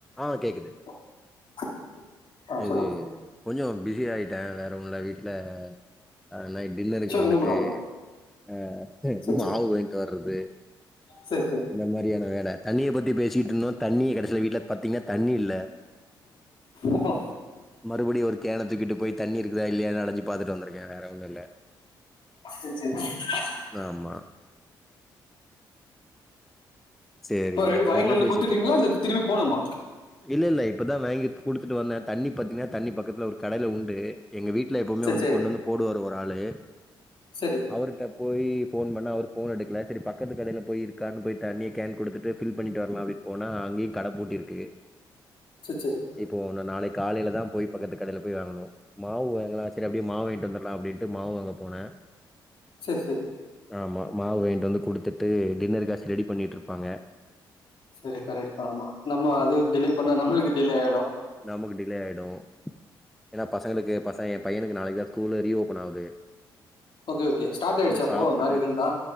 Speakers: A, in the centre; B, on the left (about 50°).
A: ஆ கேக்குது
B: <inaudible>
A: இது
B: சொல்லுங்க
A: கொஞ்சோ பிஸி ஆயிட்டே வேற ஒன்னு இல்ல வீ ட்டுல அ நைட் டின்னருக்கு
B: சரி
A: வந்துட்டு
B: ஒன்றும் ப்ராப்ளம்
A: அ
B: சரி
A: மாவு
B: சரி
A: வாயின்ட்டு வர்றது
B: சரி
A: இந்த மாரியான வேல தண்ணிய பத்தி பேசிக்கிட்டு இருந்தோ தண்ணியே கடசீல வீட்டுல பத்தீங்கன்னா தண்ணி இல்ல
B: ஓஹோ
A: மறுபடியு ஒரு கேண தூக்கிட்டு போய் தண்ணி இருக்குதா இல்லையானு அலஞ்சு பாத்துட்டு வந்துருக்க வேற ஒன்னு இல்ல
B: செர் <inaudible>
A: ஆமா சேரி
B: இப்போ ரெடி
A: அப்பறோ
B: வாங்கி
A: என்ன
B: வந்து
A: பேசிட்ருந்தோ
B: குத்துட்டீங்களா இல்லை திருப்பி போகணுமா
A: இல்ல இல்ல இப்பதா வாங்கி குடுத்துட்டு வந்த தண்ணி பாத்தின்னா தண்ணி பக்கத்துல ஒரு கடையில உண்டு எங்க வீட்டுல எப்பவுமே
B: சரி
A: வந்து கொண்டு வந்து போடுவாரு ஒரு ஆளு
B: சரி
A: அவுருட்ட போய் போன் பண்ண அவருபோன் எடுக்கல சரி பக்கத்து கடையில போய் இருக்கான்னு போய் தண்ணி கேன் குடுத்துட்டு ஃபில் பண்ணிட்டு வரலா அப்பிடின்னு போனா அங்கயு கட பூட்டிருக்கு
B: செர் சேரி
A: இப்போ ஒன்னு நாளைக் காலையில தா போய் பக்கத்து கடையில போய் வாங்கணு மாவு வாங்களா சேரி அப்படியே மாவு வாங்கிட்டு வந்தர்லா அப்டின்ட்டு மாவு வாங்க போன
B: சேர் சேரி
A: ஆமா மாவு வாயின்ட் வந்து குடுத்துட்டு டின்னர்ருகாச் ரெடி பண்ணீட்ருப்பாங்க
B: சேரி கரெக்ட் தா ஆமா நம்ம அது டிலே பண்ணா நம்மளுக்கு டிலே ஆயிடு
A: நமக்கு டிலே ஆயிடு ஏன்னா பசங்களுக்கு பசங்க ஏ பையனுக்கு நாளைக்கு தா ஸ்கூலு ரீஓபன் ஆவுது
B: ஓகே ஓகே ஸ்டார்ட் ஆயிடுச்சா அப்போ
A: சாப்ட்டுட்டு
B: நாளைக்கு இருந்தா